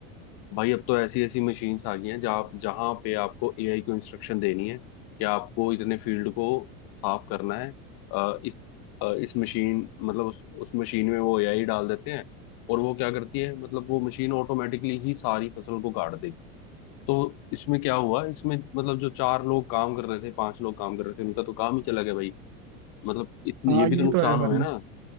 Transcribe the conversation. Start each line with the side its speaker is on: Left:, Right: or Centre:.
Left: हैं भाई अब तो ऐसी ऐसी मशीन्स आ गई हैं जहाँ जहाँ पे आपको एआई को इंस्ट्रक्शन देनी है कि आपको इतने फील्ड को साफ करना है अ, इस अ, इस मशीन मतलब उस उस मशीन में वो एआई डाल देते हैं और वो क्या करती है मतलब वो मशीन ऑटोमेटिकली ही सारी फसल को काट देगी तो इसमें क्या हुआ इसमें मतलब जो चार लोग काम कर रहे थे पांच लोग काम कर रहे थे उनका तो काम ही चला गया भाई मतलब इतने
Right: हाँ
Left: ये भी
Right: ये
Left: तो नुकसान
Right: तो है
Left: हुए
Right: भाई
Left: ना